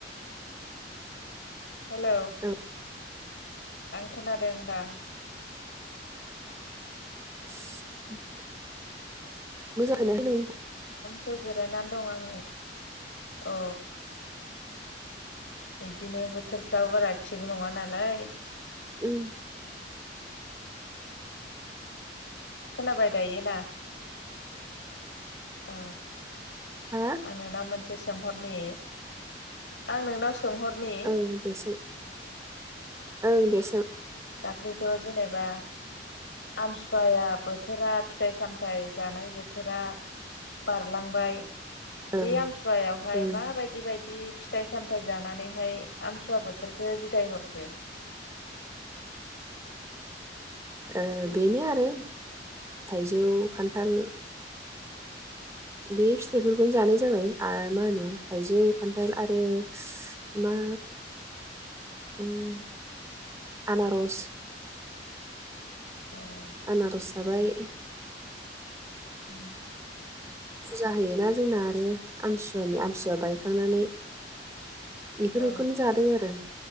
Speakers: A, on the left (about 80°); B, on the right (about 15°).
A: हेलौ
B: औ
A: आं खोनदों दां।
B: <inaudible> मोजां खोनायाखै नोंनिखो।
A: सो जिरायनानै दं आङो अ। इदिनो बोथोरफ्राबो बारा थिग नङा नालाय।
B: ओम।
A: खोनाबाय दायोना? औ
B: हा
A: आं नोंनाव मोन से सोंहरनि आं नोंनाव सोंहरनि
B: औ दे सों ओं दे सों।
A: ख्लैथ' जेनेबा आमथिसुवाया बोथोरा फिथाइ सामथाइ जानाय बोथोरा बारलांबाय
B: ओं
A: बे आमथिसुवायावहाय
B: ओं
A: माबायदि बायद दि फिथाइ सामथाइ जानानैहाय आमसुवा बोथोरखो बिदाय हरखो?
B: ओ बेनो आरो थाइजौ, खान्थाल बे फिथाइफोरखौनो जानाय जाबाय आ मा होनो थाइजौ खान्थाल आरो मा ओम आनारस।
A: अ।
B: आनारस जाबाय।
A: आ।
B: फुजा होयोना जोंना आरो आमथिसुवानि आमथिसुवा बायखांनानै बेफोरखौनो
A: औ
B: जादों आरो।